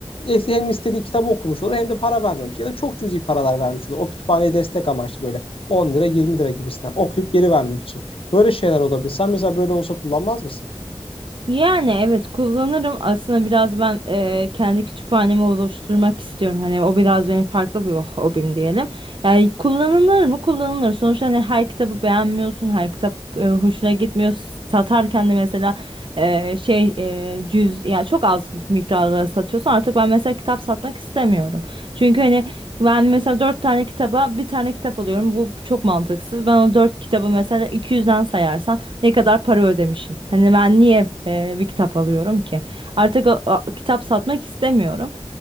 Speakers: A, on the left; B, on the right.
A: es- hem istediği kitabı okumuş olur hem de para vermemiş ya da çok cüzi paralar vermiş olur. O kütüphaneye destek amaçlı böyle on lira yirmi lira gibisinden okuyup geri vermek için. Böyle şeyler olabilir. Sen mesela böyle olsa kullanmaz mısın?
B: Yani evet kullanırım. Aslında biraz ben eee, kendi kütüphanemi oluşturmak istiyorum. Hani o biraz benim farklı bir hobim diyelim. Yani kullanılır mı? Kullanılır. Sonuçta hani her kitabı beğenmiyorsun, her kitap eee, hoşuna gitmiyor. Satarken de mesela eee, şey eee, cüz ya çok az bir miktarlara satıyorsun. Artık ben mesela kitap satmak istemiyorum. Çünkü hani ben mesela dört tane kitaba bir tane kitap alıyorum. Bu çok mantıksız. Ben o dört kitabı mesela 200'den sayarsam ne kadar para ödemişim. Hani ben niye e, bir kitap alıyorum ki? Artık o- o kitap satmak istemiyorum.